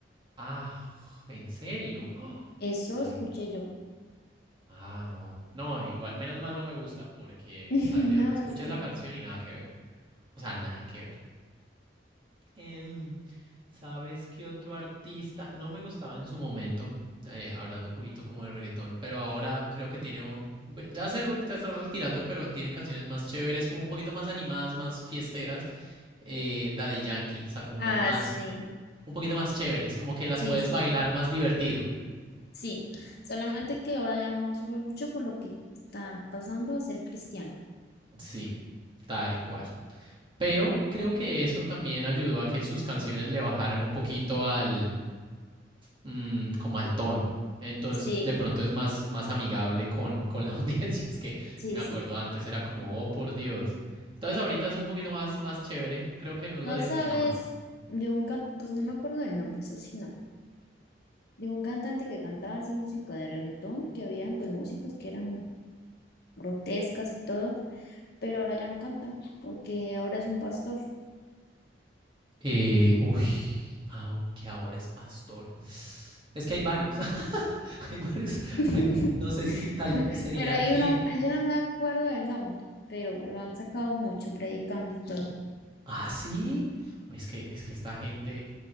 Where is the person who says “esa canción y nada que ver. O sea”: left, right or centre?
Right